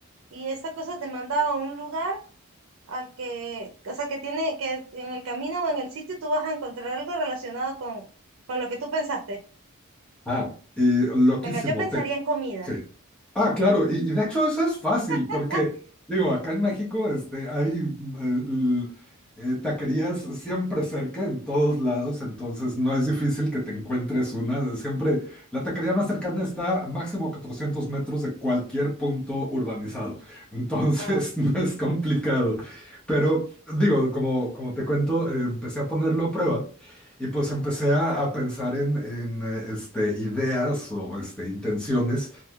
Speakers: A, on the right; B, in the centre.
A: y esa cosa te manda a un lugar al que, o sea, que tiene, que en el camino o en el sitio tú vas a encontrar algo relacionado con, con lo que tú pensaste.
B: Ah, y loquísimo.
A: Venga, yo pensaría
B: te-
A: en comida.
B: Sí. Ah, claro, y, y de hecho eso es fácil,
A: <laughs>
B: porque digo, acá en México este, hay eh, l- eh, taquerías siempre cerca, en todos lados, entonces no es difícil que te encuentres una. Siempre la taquería más cercana está a máximo 400 metros de cualquier punto urbanizado, entonces
A: Ah,
B: <laughs> no es complicado. Pero digo, como, como te cuento, eh, empecé a ponerlo a prueba. Y pues empecé a, a pensar en, en, eh, este, ideas o este, intenciones